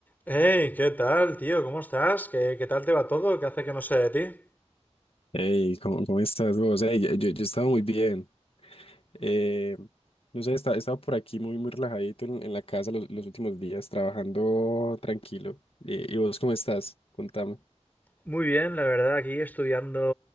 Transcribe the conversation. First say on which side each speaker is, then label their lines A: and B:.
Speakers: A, on the left; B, on the left.
A: Hey, ¿qué tal, tío? ¿Cómo estás? ¿Qué, qué tal te va todo? ¿Qué hace que no sé de ti?
B: Hey, ¿cómo, cómo estás vos? Hey, yo, yo he estado muy bien. Eh, no sé, he esta- he estado por aquí muy, muy relajadito en, en la casa los, los últimos días, trabajando tranquilo. Eh, ¿y vos cómo estás? Contame.
A: Muy bien,